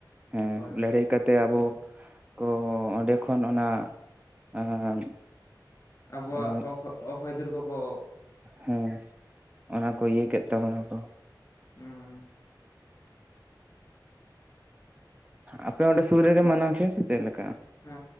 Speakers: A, on the right (about 15°); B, on the left (about 35°).
A: ᱦᱮᱸ
B: ᱦᱳᱭ ᱦᱳᱭ
A: ᱞᱟᱹᱲᱦᱟᱹᱭ ᱠᱟᱛᱮᱜ ᱟᱵᱚ
B: ᱩᱱᱠᱩ
A: ᱠᱚ ᱚᱸᱰᱮ ᱠᱷᱚᱱ ᱚᱱᱟ ᱮᱸ
B: ᱟᱵᱚᱣᱟᱜ
A: ᱮᱸ
B: ᱦᱚᱠ ᱚᱠ ᱟᱹᱭᱫᱟᱹᱨ ᱠᱚᱠᱚ
A: ᱦᱮᱸ ᱚᱱᱟ ᱠᱚ ᱤᱭᱟᱹ ᱠᱮᱫ ᱛᱟᱵᱚᱱᱟ ᱠᱚ᱾
B: ᱮᱸ
A: ᱟᱯᱮ ᱚᱸᱰᱮ ᱥᱩᱨ ᱨᱮᱜᱮ ᱢᱟᱱᱟᱣ ᱯᱮᱭᱟ ᱥᱮ ᱪᱮᱫ ᱞᱮᱠ
B: ᱦᱮᱸ